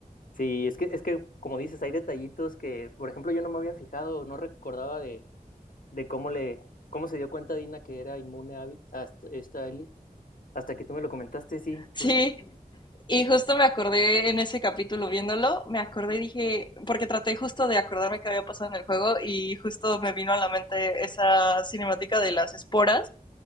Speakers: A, on the left (about 65°); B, on the left (about 30°).
A: Sí, es que, es que como dices, hay detallitos que, por ejemplo, yo no me había fijado, no recordaba de, de cómo le, cómo se dio cuenta Dina que era inmune a Abby, a esta, esta Ellie. Hasta que tú me lo comentaste, sí,
B: Sí,
A: sí.
B: y justo me acordé en ese capítulo viéndolo, me acordé y dije, porque traté justo de acordarme qué había pasado en el juego y justo me vino a la mente esa cinemática de las esporas